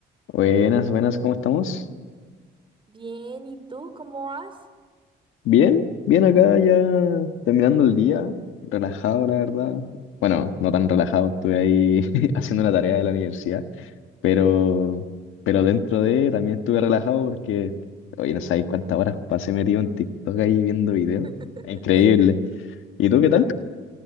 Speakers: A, on the left; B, on the right.
A: Buenas, buenas, ¿cómo estamos?
B: Bien, ¿y tú cómo vas?
A: Bien, bien acá ya terminando el día, relajado la verdad. Bueno, no tan relajado, estuve ahí <laughs> haciendo la tarea de la universidad, pero, pero dentro de también estuve relajado porque, oye, no sabéis cuántas horas pasé metido en TikTok ahí viendo videos.
B: <laughs>
A: Es Increíble. ¿Y tú qué tal?